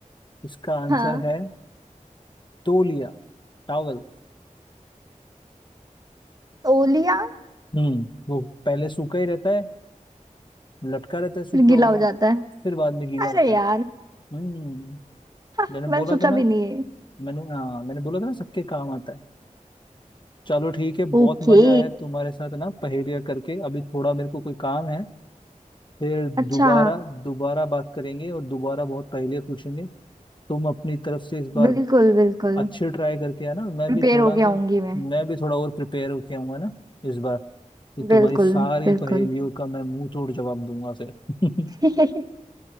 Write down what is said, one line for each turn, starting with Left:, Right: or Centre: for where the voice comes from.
Left: इसका आंसर
Right: हाँ
Left: है तौलिया टॉवल
Right: तौलिया
Left: हम्म वो पहले सूखा ही रहता है लटका रहता है सूखा
Right: फिर गीला
Left: हुआ
Right: हो जाता है
Left: फिर बाद में गीला होता
Right: अरे यार
Left: है हम्म
Right: हाँ,
Left: मैंने
Right: मैंने
Left: बोला
Right: सोचा
Left: था ना
Right: भी नहीं है
Left: मैंने हाँ मैंने बोला था ना सबके काम आता है चलो ठीक है बहुत
Right: ओके
Left: मजा आया तुम्हारे साथ ना पहेलियाँ करके अभी थोड़ा मेरे को कोई काम है फिर दोबारा
Right: अच्छा
Left: दोबारा बात करेंगे और दोबारा बहुत पहेलियाँ पूछेंगे तुम अपनी तरफ से इस बार
Right: बिल्कुल बिल्कुल
Left: अच्छे ट्राई करके आना मैं
Right: प्रिपेयर
Left: भी थोड़ा
Right: होके
Left: सा
Right: आऊंगी मैं
Left: मैं भी थोड़ा और प्रिपेयर होके आऊंगा ना इस बार कि तुम्हारी
Right: बिल्कुल
Left: सारी
Right: बिल्कुल
Left: पहेलियों का मैं मुंह तोड़ जवाब दूंगा फिर <laughs>
Right: <laughs>